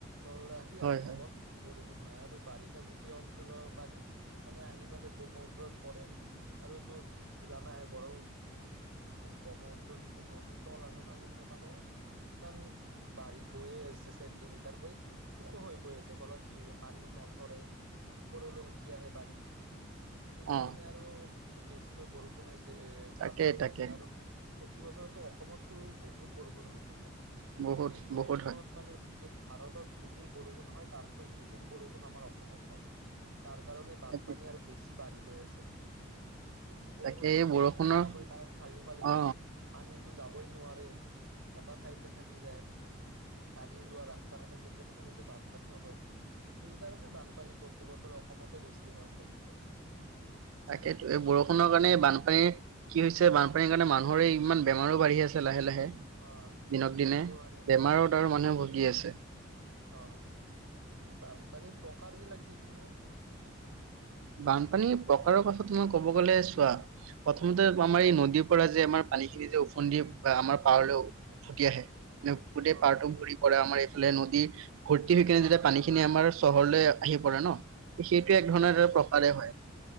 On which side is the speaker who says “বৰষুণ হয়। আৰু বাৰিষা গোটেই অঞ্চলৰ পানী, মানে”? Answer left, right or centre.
Right